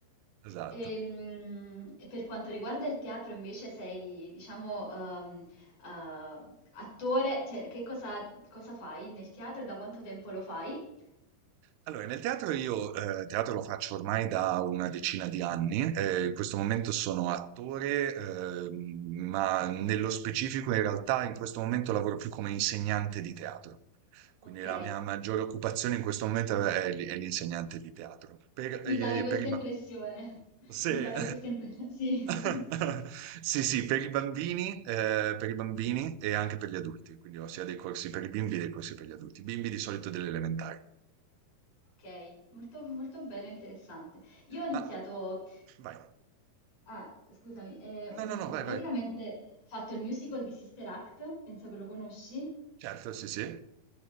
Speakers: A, on the right; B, on the left.
A: Esatto.
B: Ehm, E, per quanto riguarda il teatro, invece, sei, diciamo, ehm, eh, attore, cioè, che cosa, cosa fai nel teatro e da quanto tempo lo fai?
A: Allora, nel teatro io eh, teatro lo faccio ormai da una decina di anni, eh, in questo momento sono attore, ehm, ma nello specifico in realtà in questo momento lavoro più come insegnante di teatro. Quindi
B: Ok,
A: la mia maggiore occupazione in questo momento è, l- è l'insegnante di teatro. Per,
B: mi
A: eh,
B: davi questa
A: per i
B: impressione.
A: ba-
B: <laughs>
A: se-
B: Mi davi questa impressione, sì. <laughs>
A: <laughs> Sì, sì, per i bambini, eh, per i bambini e anche per gli adulti, quindi ho sia dei corsi per i bimbi che dei corsi per gli adulti, bimbi di solito delle elementari.
B: Ok, molto, molto bello e interessante. Io ho iniziato.
A: Ma vai.
B: Ah, scusami, eh, mm,
A: No, no, no,
B: ho
A: vai,
B: praticamente
A: vai.
B: fatto il musical di Sister Act, penso che lo conosci.
A: Certo, sì, sì.